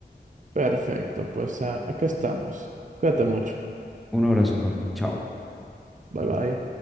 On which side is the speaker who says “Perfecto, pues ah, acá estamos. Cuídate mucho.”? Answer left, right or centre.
Right